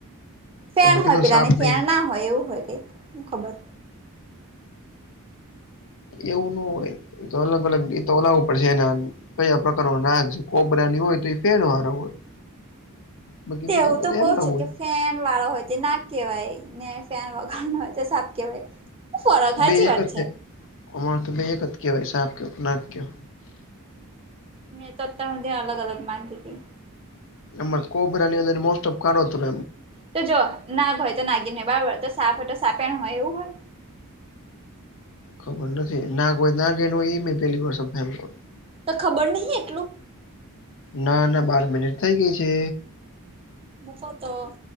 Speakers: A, on the right; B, on the left.
A: ફેન
B: તમે
A: હોય
B: કીધું
A: પેલાની
B: સાપ
A: ફેન
B: નહી
A: ના હોય એવું હોય હું ખબર.
B: એવું ન હોય અલગ અલગ એ તોલાવું પડશેને. કયા પ્રકાર ન નાક છે કોબરાની હોય તો એ ફેણ વાળ હોય. બાકી
A: તે
B: બીજા
A: એવું
B: બધા
A: તો કઉ
B: એમ ના
A: છું
B: હોય.
A: કે ફેન વાળા હોય તો ના કેવાય ને ફેન વગર ના હોય તો સાફ કેવાય. ફરક સાચી
B: બે એક
A: વાત
B: જ છે અમાર તો બે એક જ કેવાય સાપ ક નાક કયો.
A: મેં તોત્તા મ અલગ અલગ માનતી હતી.
B: નમ કોબ્રણીની અ મોસ્ટ ઓફ કરાો હતોમ
A: તો જો નાગ હોય તો નાગી ને બળબર તો સાપ હોય તો સાપેણ હોય એવું હોય.
B: ખબર નથી ના કોઈ ના કે ન હોય એ મે પેલી વાર સમાય એ.
A: તો ખબર નહિ એટલું.
B: ના ના બાર મિનિટ થઇ ગઈ છે.
A: મુકો તો.